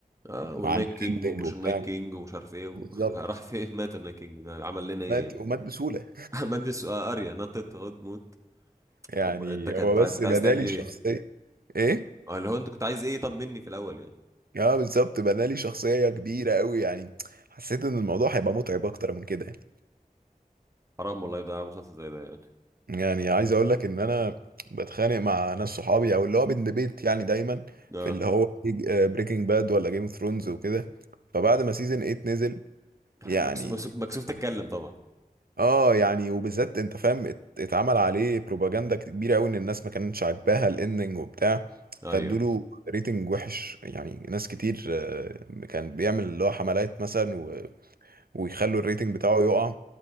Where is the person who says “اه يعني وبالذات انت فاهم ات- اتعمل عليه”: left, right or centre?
Right